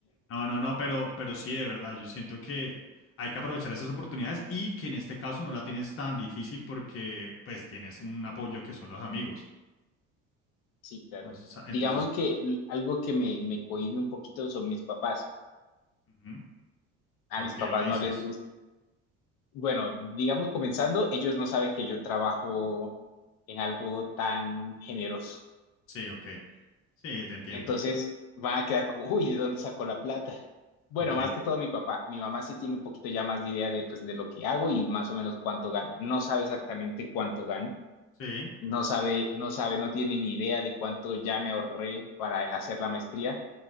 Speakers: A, on the left; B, on the left.
A: No, no, no, pero, pero sí, de verdad, yo siento que hay que aprovechar esas oportunidades y que en este caso no la tienes tan difícil porque pues tienes un apoyo que son los amigos.
B: Sí, claro.
A: Entonces, ah,
B: Digamos
A: entonces,
B: que l- algo que me, me cohíbe un poquito son mis papás.
A: ujú,
B: A
A: ¿por
B: mis
A: qué
B: papás
A: lo dices?
B: no les gusta. Bueno, digamos comenzando, ellos no saben que yo trabajo en algo tan generoso.
A: Sí, ok. Sí, te entiendo.
B: Entonces van a quedar como, uy, ¿de dónde sacó la plata? <laughs> Bueno,
A: Ok.
B: más que todo mi papá. Mi mamá sí tiene un poquito ya más de idea de, pues, de lo que hago y más o menos cuánto gano. No sabe exactamente cuánto gano.
A: Sí,
B: No sabe, no sabe, no tiene ni idea de cuánto ya me ahorré para hacer la maestría